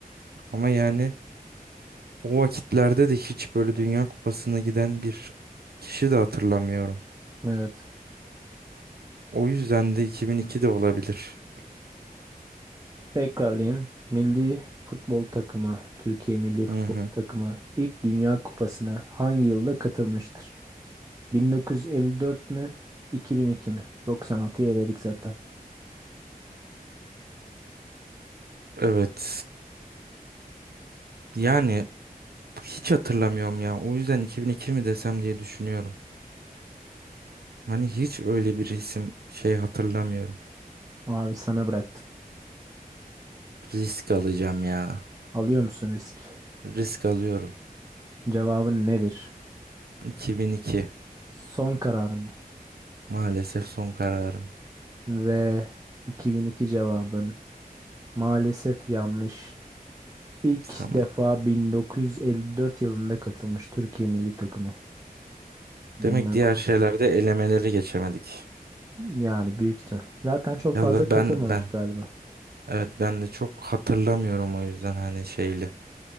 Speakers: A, on the right; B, on the right.
A: ama yani o vakitlerde de hiç böyle Dünya Kupası'na giden bir kişi de hatırlamıyorum.
B: Evet.
A: O yüzden de 2002 de olabilir.
B: Tekrarlayayım. Milli futbol takımı, Türkiye Milli Futbol
A: Hı hı.
B: Takımı ilk Dünya Kupası'na hangi yılda katılmıştır? 1954 mü? 2002 mi? 96'yı eledik zaten.
A: Evet. Yani hiç hatırlamıyorum ya. O yüzden 2002 mi desem diye düşünüyorum. Hani hiç öyle bir isim şey hatırlamıyorum.
B: Abi sana bıraktım.
A: Risk alacağım ya.
B: Alıyor musun risk?
A: Risk alıyorum.
B: Cevabın nedir?
A: 2002.
B: Son kararım mı?
A: Maalesef son kararım.
B: Ve 2002 cevabın Maalesef yanlış. İlk
A: Tamam.
B: defa 1954 yılında katılmış Türkiye milli takımı Dünya
A: Demek diğer
B: Kupası.
A: şeylerde elemeleri geçemedik.
B: Yani büyük ihtimal. Zaten çok fazla
A: Ya da
B: katılmamış
A: ben ben
B: galiba.
A: evet ben de çok hatırlamıyorum o yüzden hani şeyli.